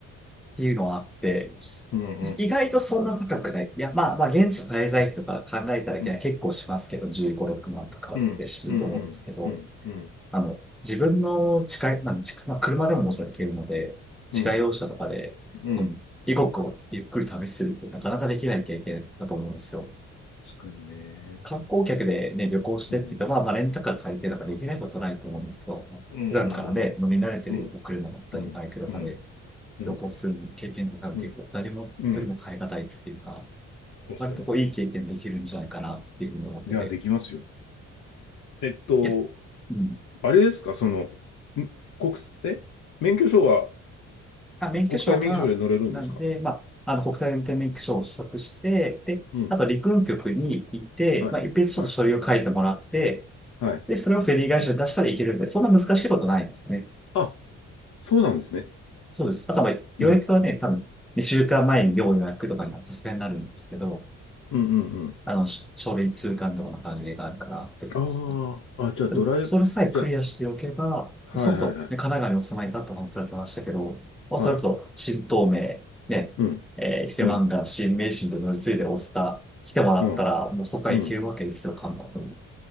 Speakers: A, in the centre; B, on the left (about 65°).
A: ていうのはあって、
B: うん、うん、
A: 意外とそんな高くない。いや、まあまあ、現地の滞在費とか考えただけは結構しますけど、
B: うん、
A: 15、6万とかってすると思うんですけど、
B: うん、うん、うん、うん、うん、
A: あの、自分の近い、まあ、近いまあ、車でももちろん行けるので、自家用車とかで、
B: うん、うん。
A: うん、異国をゆっくり旅するってなかなかできない経験だと思うんですよ。
B: 確かにね。
A: 観光客でね、旅行してって言ったら、
B: うん、
A: まあ、まあ、レンタカー借りてなんかできないことないと思うんですけど、
B: うん、
A: 普段からね、
B: うん、
A: 飲み慣れてるお車だったり、
B: うん、うん、
A: バイクだったり、
B: うん、
A: 旅行する経験って多分結構誰も一人も変え難いっていうか、
B: うん、うん。確かに。
A: 割とこういい経験できるんじゃないかなっていうふうに思ってて。
B: いや、できますよ。えっと、
A: いや、うん。
B: あれですか、その、ん国え免許証は
A: あ、免許証が、
B: 国際免許証で乗れるんですか
A: なんで、まあ、あの国際運転免許証を取得して、で、
B: うん。
A: あと陸運局に行って、
B: はい。
A: まあ、一筆ちょっと書類を書いてもらって、
B: はい。はい。
A: で、それをフェリー会社に出したらいけるんで、そんな難しいことないですね。
B: あ、そうなんですね。
A: そうです。あと、まあ、予約はね、
B: うん。
A: 多分、2週間前に要予約とかにはさすがになるんですけど、
B: うんうんうん。
A: あの、書書類通関とかの関係があるからってことですね。
B: ああ、あ、じゃあドライブ、
A: でもそれさえクリアしておけば、
B: じゃあはいはいはい。
A: そもそも、ね、神奈川にお住まいだった話されてましたけど、まあ、
B: はい。
A: それこそ、新東名、ね、
B: うん。
A: えー伊勢湾岸、
B: うん。
A: 新名神と乗り継いで大阪来てもらったら、
B: うん。
A: もうそこから行けるわけですよ、
B: うん。
A: 韓国に。